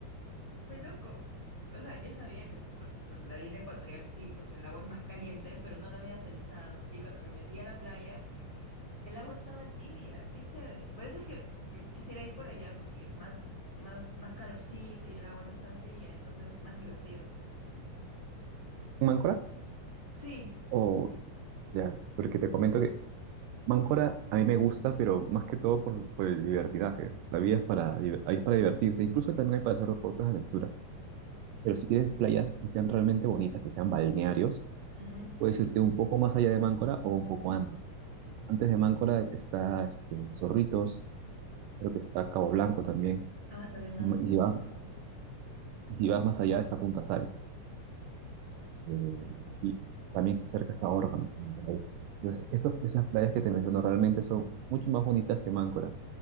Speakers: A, on the left (about 20°); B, on the right (about 85°).
A: Fue loco. O sea, yo sabía que por, por la línea ecuatorial sí, pues el agua es más caliente, pero no lo había pensado. Y cuando me metí a la playa, el agua estaba tibia. Qué chévere. Por eso es que mm, quisiera ir por allá porque es más, más, más calorcito y el agua no es tan fría, entonces más divertido.
B: Mancora?
A: Sí.
B: O ya, porque te comento que Mancora a mí me gusta, pero más que todo por, por el divertidaje. La vida es para, div- ahí es para divertirse, incluso también hay para hacer deportes de aventura. Pero si quieres playas que sean realmente bonitas, que sean balnearios,
A: ujú.
B: puedes irte un poco más allá de Máncora o un poco antes. Antes de Máncora está este, Zorritos, creo que está Cabo Blanco también.
A: Ah, también me han recomendado.
B: Y si vas, y si vas más allá está Punta Sal. eh, y también se acerca hasta órganos también por ahí. Entonces, estos, esas playas que te menciono realmente son mucho más bonitas que Máncora.